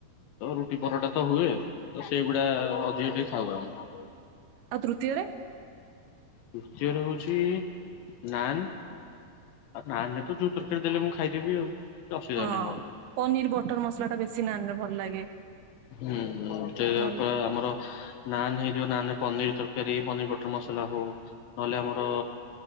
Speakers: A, on the left (about 75°); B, on the right (about 80°).
A: ତ ରୁଟି ପରଟା ତ ହୁଏ ତ ସେଇଗୁଡା ଅଧିକ ଟିକେ ଖାଉ <unintelligible>
B: ଆଉ ତୃତୀୟରେ
A: ତୃତୀୟରେ ହଉଛି ନାନ ନାେ ତ ଯୋଉ ତରକାରୀ ଦେଲେ ମୁଁ ଖାଇଦେବି। କିଛି ଅସୁବିଧା
B: ହଁ
A: ନାହିଁ ମୋର।
B: ପନିର ବଟର ମସଲା ଟା ବେଶୀ ନାନରେ ଭଲ ଲାଗେ।
A: ହୁଁ ହୁଁ ସେ
B: ଭଲ
A: ପା ଆମର ନାନ ହେଇଯିବ ନାନ ପନିର ତରକାରୀ ପନିର ବଟର ମସଲା ହଉ ନହେଲେ ଆମର